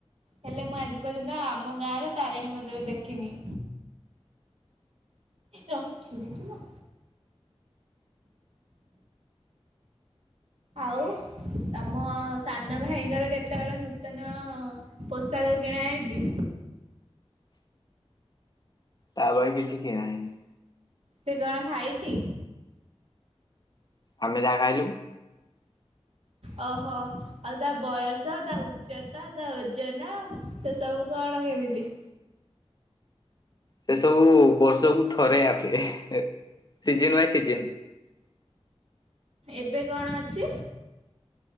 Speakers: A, on the right; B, on the left.
A: ହେଲେ ମୁଁ ଆଜି ପର୍ଯ୍ୟନ୍ତ ଆମ ଗାଁରେ ତାରିଣୀ ମନ୍ଦିର ଦେଖିନି। ରହ ଛିଣ୍ଡିଯିବ। ଆଉ ତମ ସାନ ଭାଇଙ୍କର କେତେବେଳେ ନୂତନ ପୋଷାକ କିଣା ହେଇଛି।
B: ତା ପାଇଁ କିଛି କିଣା ହେଇନି।
A: ସେ କଣ ଖାଇଚି?
B: ଆମେ ଯାହା ଖାଇଲୁ।
A: ଓହୋ ଆଉ ତା ବୟସ ତା ଉଚ୍ଚତା ତା ଓଜନ ସେ ସବୁ କଣ କେମିତି?
B: ସେ ସବୁ ବର୍ଷକୁୁ ଥରେ ଆସେ। Season by season.
A: ଏବେ କଣ ଅଛି?